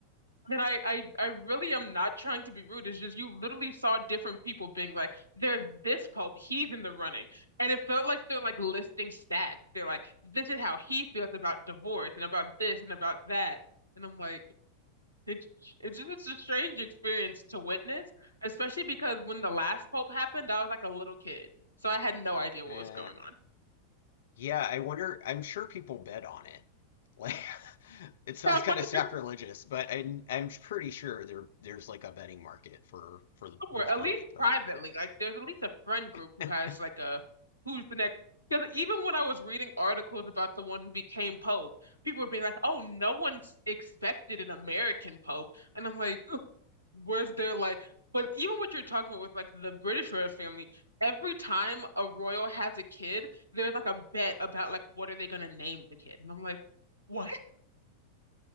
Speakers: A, on the left; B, on the left.
A: And I, I, I really am not trying to be rude. It's just you literally saw different people being like, "There's this pope, he's in the running," and it felt like they're like listing stats. They're like, "This is how he feels about divorce and about this and about that," and I'm like, "It's it's just it's a strange experience to witness, especially because when the last pope happened, I was like a little kid, so I had no idea what
B: Uh,
A: was going
B: yeah, I wonder. I'm sure people bet on it. Like, <laughs> it sounds
A: on.
B: kind of
A: <laughs>
B: sacrilegious, but I'm I'm pretty sure there there's like a betting market for for
A: somewhere,
B: who's
A: at
B: going
A: least
B: to be Pope.
A: privately. Like there's at least a friend group
B: <laughs>
A: who has like a who's the next. Because even when I was reading articles about the one who became Pope, people were being like, "Oh, no one's expected an American Pope," and I'm like, "Was there like?" But even what you're talking about with like the British royal family, every time a royal has a kid, there's like a bet about like what are they gonna name the kid, and I'm like, "What?"